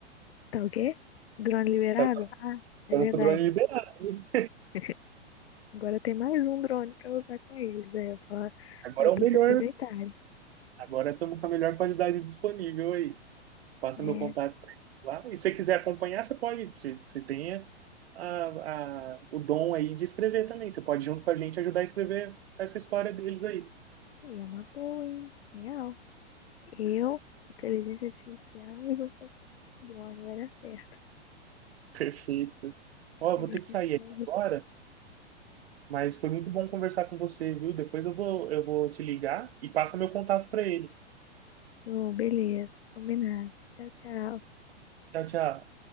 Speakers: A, on the left; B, on the right.
A: Tá o quê? Drone liberado?
B: Tá, tá-
A: Ah, é
B: tamo
A: verdade.
B: com o drone liberado, hein?
A: <laughs> Agora tem mais um drone pra usar com eles. Aí eu falo,
B: Agora
A: falo
B: é o
A: pra
B: melhor.
A: eles aproveitarem.
B: Agora estamos com a melhor qualidade disponível aí. passa
A: É,
B: meu contato pra ele lá. E se você quiser acompanhar, você pode, você, você tem a, a, o dom aí de escrever também. Você pode, junto com a gente, ajudar a escrever essa história deles aí.
A: aí é uma boa, hein? Real. Eu, inteligência artificial e você com drone, vai dar certo.
B: Perfeito. Ó, eu
A: A
B: vou
A: gente
B: ter que sair
A: se
B: aqui
A: dá-
B: agora, mas foi muito bom conversar com você, viu? Depois eu vou, eu vou te ligar e passa meu contato para eles.
A: Show, beleza. Combinado. Tchau, tchau.
B: Tchau, tchau.